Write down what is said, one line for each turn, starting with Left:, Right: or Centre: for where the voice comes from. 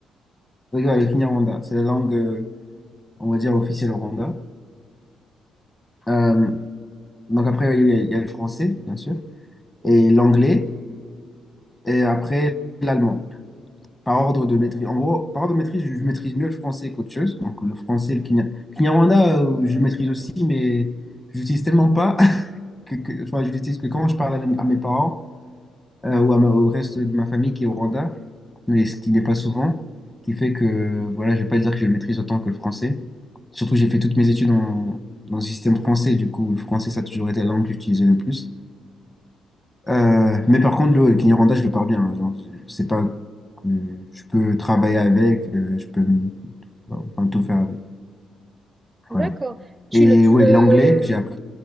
Left: ouais, le Kinyarwanda, c'est la langue, euh, on va dire, officielle au Rwanda. Euh, donc après, oui, il y a, il y a le français, bien sûr, et l'anglais, et après, l'allemand. par ordre de maîtrise. En gros, par ordre de maîtrise, je, je maîtrise mieux le français qu'autre chose. Donc le français, le kenya- Kinyarwanda, euh, je le maîtrise aussi, mais je l'utilise tellement pas <laughs> que, que- enfin, je l'utilise que quand je parle à, mes à mes parents euh, ou à ma- au reste de ma famille qui est au Rwanda, mais ce qui n'est pas souvent, qui fait que voilà, je vais pas dire que je le maîtrise autant que le français. Surtout, j'ai fait toutes mes études en- dans le système français, du coup, le français, ça a toujours été la langue que j'utilisais le plus. Euh, mais par contre, le Kinyarwanda, je le parle bien. Genre, je- c'est pas que je peux travailler avec, euh, je peux m- enfin, tout faire avec.
Right: D'accord.
Left: Voilà.
Right: Tu
Left: Et
Right: le, tu
Left: oui,
Right: le,
Left: l'anglais que j'ai appris.